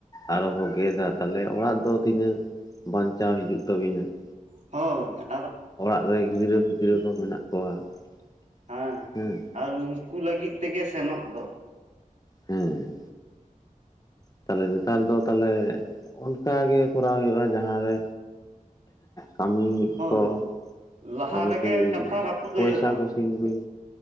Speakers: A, on the left; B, on the right.
A: ᱟᱨᱚ ᱠᱚ ᱜᱮᱫᱟ ᱛᱟᱞᱦᱮ ᱚᱲᱟᱜ ᱫᱚ ᱛᱤᱱᱟᱹᱜ ᱵᱟᱧᱪᱟᱣ ᱦᱤᱡᱩᱜ ᱛᱟᱵᱤᱱᱟ ᱾
B: ᱦᱳᱭ ᱾
A: ᱚᱲᱟᱜ ᱨᱮ ᱜᱤᱫᱽᱨᱟᱹ ᱯᱤᱫᱽᱨᱟᱹ ᱠᱚ ᱢᱮᱱᱟᱜ ᱠᱚᱣᱟ ᱾
B: ᱦᱮᱸ
A: <inaudible> ᱦᱩᱸ ᱾
B: ᱟᱨ ᱩᱱᱠᱩ ᱞᱟᱹᱜᱤᱫ ᱛᱮᱜᱮ ᱥᱮᱱᱚᱜ ᱫᱚ ᱾
A: ᱦᱮᱸ ᱾ ᱛᱟᱦᱚᱞᱮ ᱱᱮᱛᱟᱨ ᱫᱚ ᱛᱟᱦᱚᱞᱮ ᱚᱱᱠᱟ ᱜᱮ ᱠᱚᱨᱟᱣ ᱦᱩᱭᱩᱜ-ᱟ ᱡᱟᱦᱟᱸ ᱨᱮ ᱠᱟᱹᱢᱤ
B: ᱦᱳᱭ
A: ᱠᱚ
B: <inaudible> ᱞᱟᱦᱟ
A: ᱢᱚᱴᱟᱢᱩᱴᱤ
B: ᱨᱮᱜᱮ ᱠᱟᱛᱷᱟ ᱨᱟᱹᱯᱩᱫ
A: ᱯᱚᱭᱥᱟ
B: ᱦᱩᱭᱩᱜ-ᱟ
A: ᱠᱚ
B: ᱾
A: ᱥᱤᱧ ᱵᱤᱱ